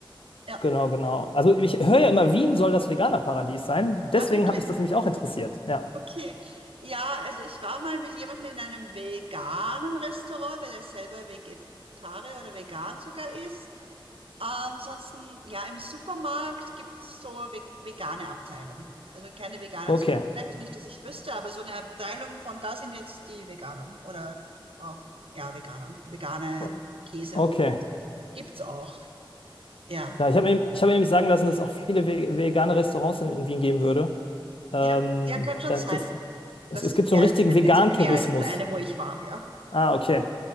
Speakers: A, on the right; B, on the left.
A: Ja,
B: genau, genau. Also ich höre ja immer, Wien soll das Veganer-Paradies sein. Deswegen
A: ah, wirklich.
B: hat mich das nämlich auch interessiert. Ja.
A: Okay, ja, also ich war mal mit jemandem in einem veganen Restaurant, weil er selber Vegetarier oder vegan sogar ist. Äh, Ansonsten, ja, im Supermarkt gibt es so ve vegane Abteilung. Also keine veganen
B: Okay,
A: Supermärkte, nicht, dass ich wüsste, aber so eine Abteilung von da sind jetzt die Veganen oder auch, ja, Veganern, vegane
B: O-
A: Käse
B: okay.
A: und so weiter. Gibt's auch, ja.
B: Ja, ich habe mir, ich hab mir nämlich sagen lassen, dass es auch viele ve- vegane Restaurants in, in Wien geben würde. Ähm,
A: Ja, ja, kann schon
B: da-
A: sein,
B: das, es,
A: dass
B: es
A: es
B: gibt
A: mehr,
B: so einen richtigen
A: es
B: Vegan-Tourismus.
A: gibt sicher mehr als das eine, wo ich war, ja.
B: Ah, okay.